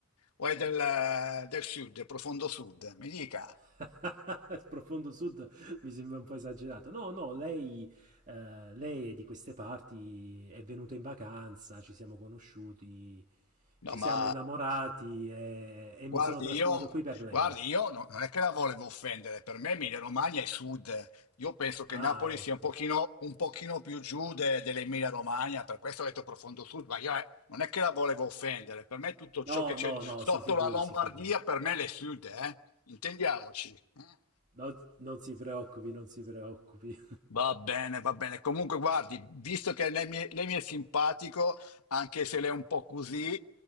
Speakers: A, on the left (about 80°); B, on the right (about 35°).
A: o è del, del sud, del profondo sud? Mi dica.
B: <laughs> Profondo Sud mi sembra un po' esagerato. No, no, lei, eh, lei è di queste parti, è venuta in vacanza, ci siamo conosciuti, ci
A: No, ma
B: siamo innamorati e, e
A: guardi,
B: mi sono trasferito
A: io,
B: qui per lei.
A: guardi, io no- non è che la volevo offendere, per me Emilia Romagna è sud. Io penso che
B: Ah,
A: Napoli
B: ecco.
A: sia un pochino, un pochino più giù de- dell'Emilia Romagna, per questo ho detto profondo sud, ma io eh, non è che la volevo offendere, per me tutto ciò
B: No,
A: che c'è
B: no,
A: sotto
B: no, si figuri,
A: la Lombardia,
B: si figuri.
A: per me è sud, eh? Intendiamoci. eh?
B: No, non si preoccupi, non si preoccupi.
A: Va bene, va bene. Comunque, guardi, visto che lei mi, lei mi è simpatico, anche se lei è un po' così,